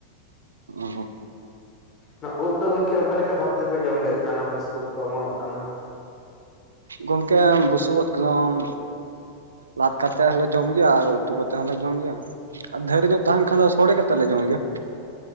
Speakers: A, on the right; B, on the left.
A: ᱚᱸ
B: ᱚᱱᱟ ᱳᱫ ᱫᱚ ᱜᱚᱝᱠᱮ ᱚᱠᱟ ᱞᱮᱠᱟ ᱵᱷᱟᱵ ᱛᱮᱯᱮ ᱡᱚᱢ ᱜᱮ ᱛᱟᱦᱮᱱᱟ ᱚᱱᱟ ᱵᱩᱥᱩᱵ ᱩᱫ ᱠᱚ ᱚᱢᱚᱱᱚᱜ ᱠᱟᱱᱟ᱾
A: ᱜᱚᱝᱠᱮ ᱵᱩᱥᱩᱵ ᱳᱫ ᱠᱚᱨᱚᱢ ᱞᱟᱫ ᱠᱟᱛᱮᱜ ᱦᱚᱞᱮ ᱡᱚᱢ ᱜᱮᱭᱟ ᱟᱨ ᱩᱛᱩ ᱠᱟᱛᱮ ᱦᱚᱞᱮ ᱡᱚᱢ ᱜᱮᱭᱟ᱾ ᱟᱨ ᱫᱷᱟᱹᱨ ᱧᱚᱜ ᱛᱟᱦᱮᱱ ᱠᱷᱟᱱ ᱫᱚ ᱥᱚᱲᱮ ᱠᱟᱛᱮ ᱞᱮ ᱡᱚᱢ ᱜᱮᱭᱟ᱾